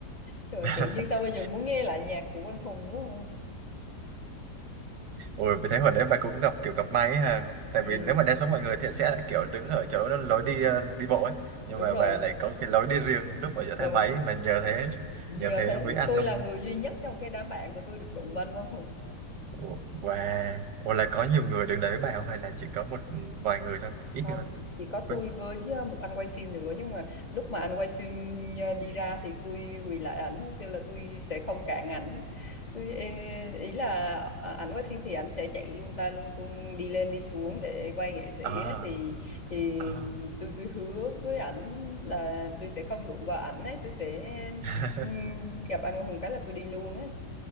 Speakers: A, on the left; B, on the right.
A: Trời ơi,
B: <laughs>
A: tự nhiên sao bây giờ muốn nghe lại nhạc của Quang Hùng quá à.
B: Ôi, vì thế hồi đấy bà cũng gặp kiểu gặp may ấy ha. Tại
A: Ừ,
B: vì nếu mà đa số mọi người thì sẽ kiểu đứng ở chỗ đó lối đi ờ, đi bộ ấy. Nhưng
A: đúng
B: mà
A: rồi,
B: bà lại có cái lối đi riêng núp ở giữa
A: đúng.
B: thang máy mà nhờ thế
A: Nhờ
B: nhờ thế
A: thế
B: mới ăn
A: tôi
B: năm
A: là người duy nhất trong cái đám bạn của tôi được đụng vào anh Quang Hùng.
B: Wow. Ủa là có nhiều người đứng đấy với bà không hay là chỉ có một vài người thôi? Ít
A: không
B: người.
A: chỉ, chỉ có
B: Có-
A: tôi với ờ, một anh quay phim nữa nhưng mà lúc mà anh quay phim ờ, đi ra thì tôi quỳ lại ảnh kêu là tôi sẽ không cản ảnh tôi ờ, ý là ờ, ảnh quay phim thì ảnh sẽ chạy lung ta lung tung đi lên đi xuống để quay nghệ sĩ
B: Ờ.
A: á, thì thì
B: Ờ.
A: tôi tôi hứa với ảnh là tôi sẽ không đụng vào ảnh ấy tôi sẽ
B: <laughs>
A: ừm, gặp anh Hùng cái là tôi đi luôn ấy